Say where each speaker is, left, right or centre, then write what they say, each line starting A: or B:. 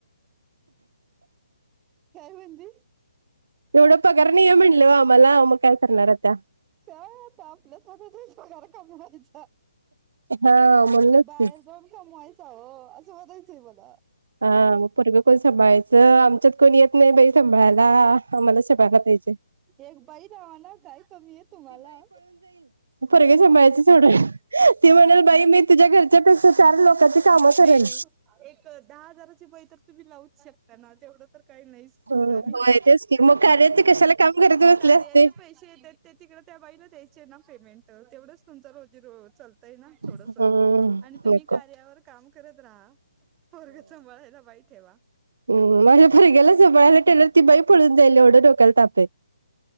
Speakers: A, on the right; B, on the right.
A: काय म्हणते?
B: एवढं पगार नाहीय म्हणले व आम्हाला मग काय करणार त्या
A: स आता आपल्याचर क बयचा
B: हा म्हणूनच
A: बाहेस
B: की
A: बर कामयचा हो असं वातच बला
B: हा मग परगं कोण सांभाळायचं आमच्यात कोण येतं नाही बाई सांभाळायला आम्हाला सपाायला पाहिजे.
A: एक बाई दवा ना काय कमी आहे. तुम्हाला
B: परगे संभाळायच यच वडय ती म्हणेल बाई मी तुझ्या घरच्यापेक्षा चार लोकांची कामं करेन
A: नाही नाही एक दहा हजाराची बळी तर तुम्ही लावूच शकता ना तेवढं तर काही नाहीच
B: होय
A: कमीच
B: तेच की मग कार्याचे कशाला काम करत बसले
A: कार्याचे
B: असते
A: पैसे येतात. ते तिकड त्या बाईला द्यायचं पेमेंट तेवढच तुम रोजीलतय ना थोडंसं
B: हम्म
A: आणि तुम्ही
B: नको
A: कार्यावर.. काम करत राहा पोरंग संभाळायला बाई ठेवा.
B: हम माझ्या पोरग्याला जवळळायला टेल ती बाई पडून जाईल एवढं डोक्याला तापे..